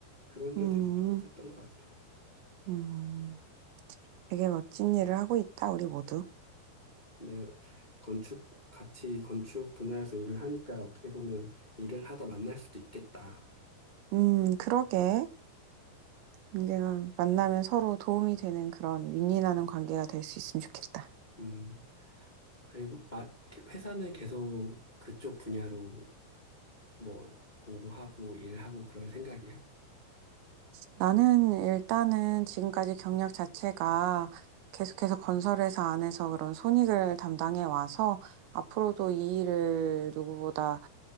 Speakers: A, on the left; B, on the right.
A: 그런 게
B: 음,
A: 되게 뿌듯했던 것 같아.
B: 음. 되게 멋진 일을 하고 있다, 우리 모두.
A: 근데 건축 같이 건축 분야에서 일을 하니까 어떻게 보면 일을 하다 만날 수도 있겠다.
B: 음, 그러게. 언젠가 만나면 서로 도움이 되는 그런 윈윈하는 관계가 될 수 있으면 좋겠다.
A: 음. 그리고 마- 회사는 계속 그쪽 분야로 뭐 공부하고 일하고 그럴 생각이야?
B: 나는 일단은 지금까지 경력 자체가 계속해서 건설회사 안에서 그런 손익을 담당해 와서 앞으로도 이 일을 누구보다